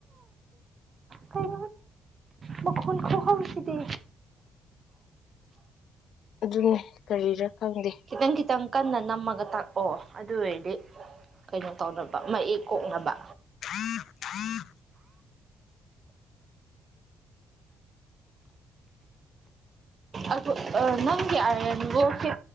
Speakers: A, on the right; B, on the left.
A: ꯀꯩꯅ ꯃ ꯈꯣꯜ ꯈꯣ ꯍꯥꯎꯁꯤꯗ
B: ꯑꯗꯨꯅꯦ ꯀꯔꯤꯔ ꯈꯪꯗꯦ
A: ꯈꯤꯇꯪ ꯈꯤꯇꯪ ꯀꯟꯅ ꯅꯝꯃꯒ ꯇꯥꯛꯄꯑꯣ ꯑꯗꯨ ꯑꯣꯏꯔꯗꯤ ꯀꯩꯅꯣ ꯇꯧꯅꯕ ꯃꯌꯦꯛ ꯀꯣꯛꯅꯕ
B: ꯑ ꯍꯥꯥ
A: ꯑꯗꫭ ꯅꯪꯒꯤ ꯑꯥꯏꯟꯒꯣꯔꯁꯤ